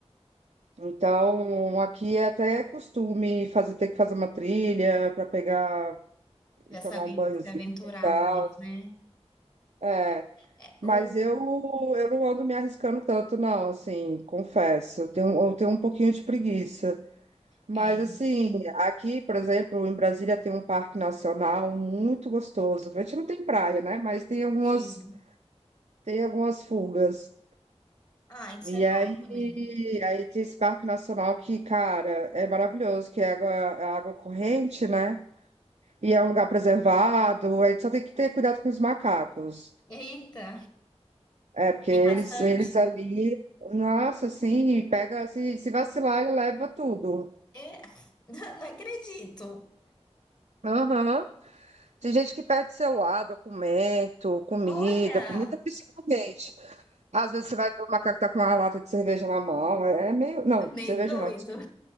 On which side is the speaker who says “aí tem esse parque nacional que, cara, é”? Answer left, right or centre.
Right